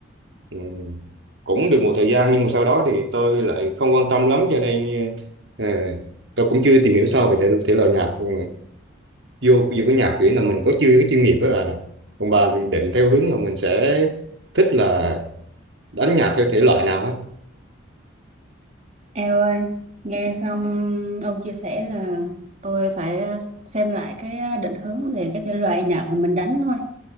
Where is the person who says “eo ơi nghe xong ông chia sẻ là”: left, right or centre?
Right